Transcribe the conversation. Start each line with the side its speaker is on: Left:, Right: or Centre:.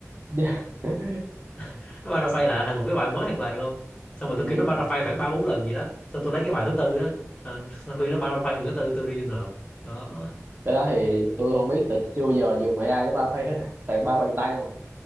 Right: Dạ. <laughs>
Left: <laughs> Nó paraphrase lại thành một cái bài mới hoàn toàn luôn. Xong rồi tôi
Right: Ừ.
Left: kêu nó paraphrase khoảng ba bốn lần gì đó. Xong tôi lấy cái bài thứ tư á, à, sau khi nó paraphrase lần thứ tư tôi đi nộp. Đó.
Right: cái đó thì tôi không biết tại chưa bao giờ dùng AI để ba phây hết tại ba phây bằng tay mà